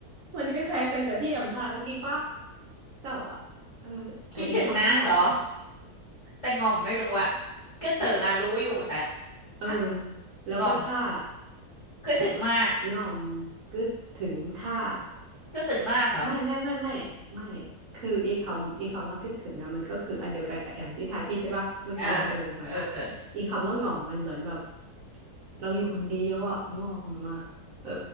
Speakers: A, on the right; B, on the left.
A: มันก็คล้ายกันกับที่แอมทายเมื่อกี้ป่ะแต่ว่า เออ แต่อีกคำว่าง่อมมัน
B: คิดถึงนะเหรอแต่งอมไม่รู้อะกึดเติงอะรู้อยู่แต่ถ้า
A: เออ แล้วก็ท่า
B: งอมคือถึงมาก
A: ง่อมกึดถึงถ้า
B: ก็ตึงมากเหรอ
A: ไม่ไม่ไม่ไม่ไม่คือไอีคำไอีคำว่าคิดถึงอะมันก็คืออันเดียวกันกับแอมที่ทายพี่ใช่ปะเมื่อกี้อะเออแต่ว่า
B: อ่าเออเออ
A: ไอีคำว่าง่อมมันเหมือนแบบเราอยู่คนเดียวอะง่อมอะเออ